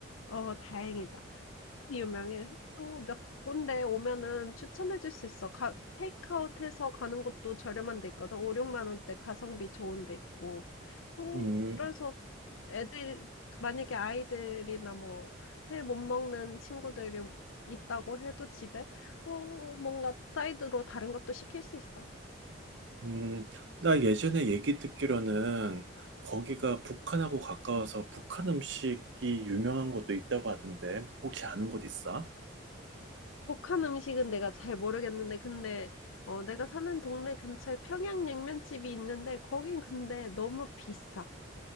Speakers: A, on the left; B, on the right.
A: 어, 다행이다. 유명해. 또 몇 군데 오면은 추천해줄 수 있어. 가, 테이크아웃 해서 가는 곳도 저렴한 데 있거든. 5, 6만 원대 가성비 좋은 데 있고. 어,
B: 음,
A: 그래서 애들, 만약에 아이들이나 뭐, 회 못 먹는 친구들이 있다고 해도 집에, 어, 뭔가 사이드로 다른 것도 시킬 수 있어.
B: 음, 나 예전에 얘기 듣기로는 거기가 북한하고 가까워서 북한 음식이 유명한 곳도 있다고 하던데, 혹시 아는 곳 있어?
A: 북한 음식은 내가 잘 모르겠는데, 근데, 어, 내가 사는 동네 근처에 평양냉면집이 있는데, 거긴 근데 너무 비싸.